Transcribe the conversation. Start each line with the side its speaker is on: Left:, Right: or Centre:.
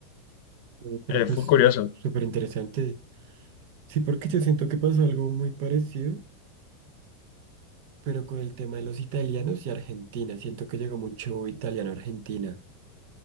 Right: Eh, Pero
Left: Eh,
Right: pues
Left: fue curioso.
Right: súper interesante. Sí, porque yo siento que pasó algo muy parecido. Pero con el tema de los italianos y Argentina, siento que llegó mucho italiano a Argentina.